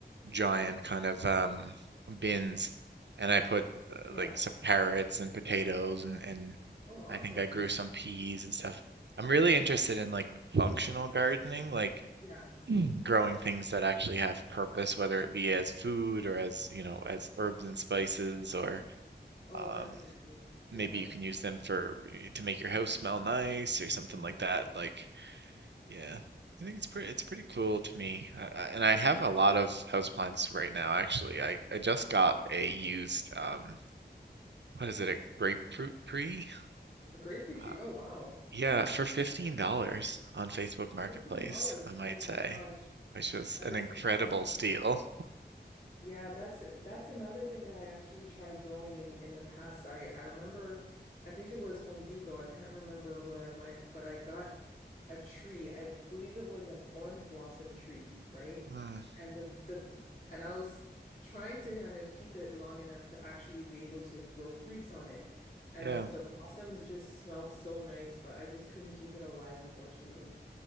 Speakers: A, on the right; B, on the left.
A: giant kind of um, bins, and I put uh,
B: Yeah.
A: like some carrots and potatoes, and and
B: Oh, awesome.
A: I think I grew some peas and stuff. I'm really interested in like functional gardening, like
B: Yeah.
A: growing things that actually have purpose, whether it be as food or as, you know, as herbs and spices, or
B: Oh,
A: um,
B: definitely.
A: maybe
B: Yeah.
A: you can use them for eh, to make your house smell nice or something
B: Mm-hmm.
A: like that. Like, yeah, I think it's pretty it's pretty cool to me. I, I, and I have a lot of houseplants right now, actually. I I just got a used um, what is it, a grapefruit tree?
B: A grapefruit tree.
A: Uh,
B: Oh, wow.
A: yeah, for $15 on Facebook Marketplace,
B: $15.
A: I might
B: Oh my
A: say,
B: gosh.
A: which was
B: That
A: an
B: is
A: incredible
B: awesome.
A: steal.
B: Yeah, that's that's another thing that I actually tried growing in in the past. I I remember I think it was Home Depot. I can't remember where I went, but I got a tree. I believe it was an orange blossom tree, right?
A: Mm,
B: And the the and I was trying to kind of keep it long enough to actually be able to grow fruits on it. And
A: yeah.
B: the the blossoms just smelled so nice, but I just couldn't keep it alive, unfortunately.